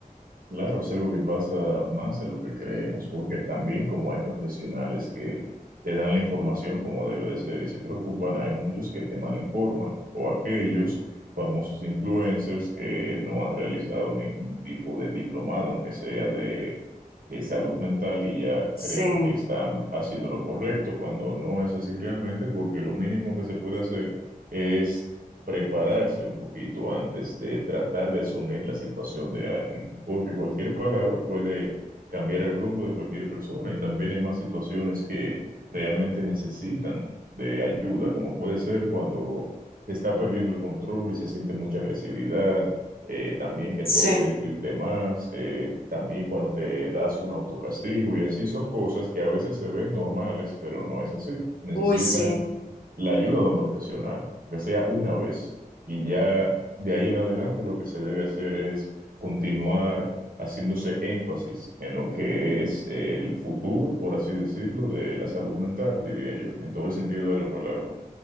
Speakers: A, on the right (about 75°); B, on the left (about 85°).
A: Claro, es algo que pasa más de lo que creemos, porque también como hay profesionales que te dan la información como debe de ser y se preocupan, hay muchos que te malinforman, o aquellos famosos influencers que no han realizado ningún tipo de diplomado, aunque sea de, de salud mental, y ya
B: Sí,
A: creen que están haciendo lo correcto, cuando no es así realmente, porque lo mínimo que se puede hacer es prepararse un poquito antes de tratar de asumir la situación de alguien, porque cualquier palabra puede cambiar el rumbo de cualquier persona y también hay más situaciones que realmente necesitan de ayuda, como puede ser cuando se está perdiendo el control y se siente mucha agresividad, eh, también que
B: Sí,
A: todo te irrite más, eh, también cuando te das un autocastigo y así son cosas que a veces se ven normales, pero no es así, necesitan
B: uy, sí.
A: la ayuda de un profesional ya sea una vez. Y ya de ahí en adelante lo que se debe hacer es continuar haciéndose énfasis en lo que es el futuro, por así decirlo, de la salud mental, diría yo, en todo el sentido de la palabra.